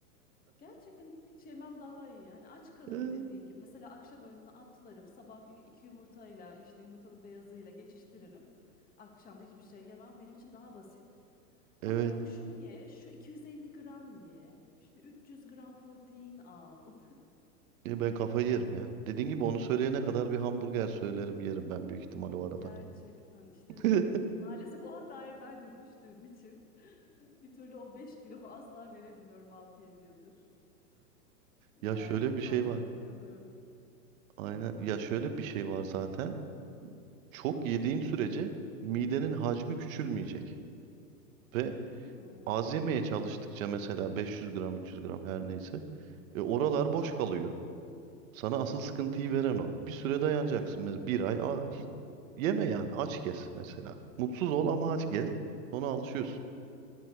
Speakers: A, on the left; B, on the right.
A: Gerçekten hiç yemem daha iyi. Hani aç kalırım
B: <laughs>
A: dediğin gibi. Mesela akşam öğününü atlarım. Sabah bir iki yumurtayla işte yumurtanın beyazıyla geçiştiririm. Akşam da hiçbir şey yemem. Benim için daha basit.
B: evet
A: Ama yok şunu ye, şu 250 gram ye, işte 300 gram protein al.
B: Ya Ben kafayı yerim ya. Dediğin gibi onu söyleyene kadar bir hamburger söylerim yerim ben büyük ihtimal
A: <laughs>
B: o arada.
A: Gerçekten işte
B: <laughs>
A: maalesef o hataya ben de düştüğüm için <laughs> bir türlü o 5 kilomu asla veremiyorum altı yedi yıldır. Yani
B: Ya şöyle
A: o
B: bir
A: fazlayla
B: şey var.
A: kalıyorum.
B: Aynen. Ya şöyle bir şey var zaten. Çok yediğin sürece midenin hacmi küçülmeyecek. Ve
A: Değil mi?
B: az
A: Evet,
B: yemeye çalıştıkça mesela 500 gram 300 gram her neyse. E, oralar boş kalıyor. Sana asıl sıkıntıyı veren o. Bir süre dayanacaksın. Mesela bir ay a- hiç- yeme yani aç gez mesela. Mutsuz ol ama
A: evet.
B: aç gez. Sonra alışıyorsun.